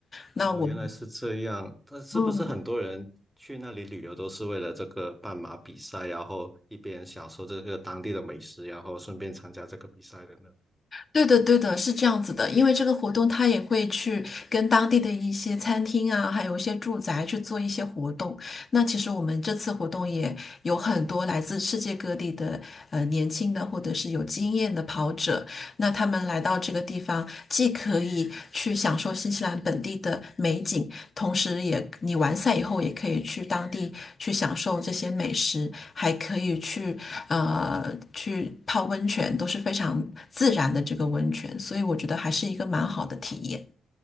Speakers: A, on the left; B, in the centre.
A: 那我
B: 哦，原来是这样。那是不是很多人去那里旅游都是为了这个半马比赛，
A: 嗯，
B: 然后一边享受这个当地的美食，然后顺便参加这个比赛的呢？
A: 对的，对的，是这样子的，因为这个活动他也会去跟当地的一些餐厅啊，还有一些住宅去做一些活动。那其实我们这次活动也有很多来自世界各地的呃年轻的或者是有经验的跑者，那他们来到这个地方，既可以去享受新西兰本地的美景，同时也，你完赛以后也可以去当地去享受这些美食，还可以去呃去泡温泉，都是非常自然的这个温泉，所以我觉得还是一个蛮好的体验。